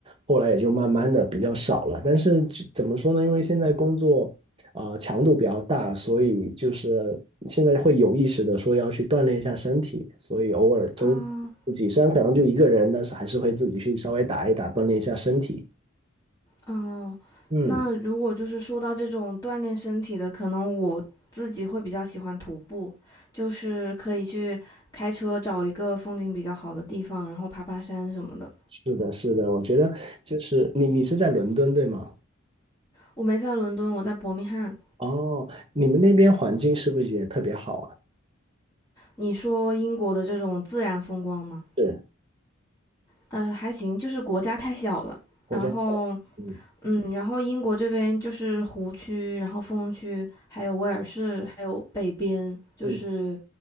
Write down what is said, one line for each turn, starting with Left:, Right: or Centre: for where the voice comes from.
Right: 后来也就慢慢的比较少了。但是这怎么说呢？因为现在工作啊、呃强度比较大，所以就是现在会有意识的说要去锻炼一下身体，所以偶尔周自己虽然可能就一个人，
Left: 啊、
Right: 但是还是会自己去稍微打一打，锻炼一下身体。
Left: 哦，
Right: 嗯，
Left: 那如果就是说到这种锻炼身体的，可能我自己会比较喜欢徒步，就是可以去开车找一个风景比较好的地方，然后爬爬山什么的。
Right: 是的，是的，我觉得就是你你是在伦敦对吗？
Left: 我没在伦敦，我在伯明翰。
Right: 哦，你们那边环境是不是也特别好啊？
Left: 你说英国的这种自然风光吗？
Right: 是，
Left: 呃，还行，就是国家太小了，
Right: 我家想，
Left: 然后
Right: 嗯
Left: 嗯，然后英国这边就是湖区，然后风区，还有威尔士，还有北边，就是
Right: 嗯，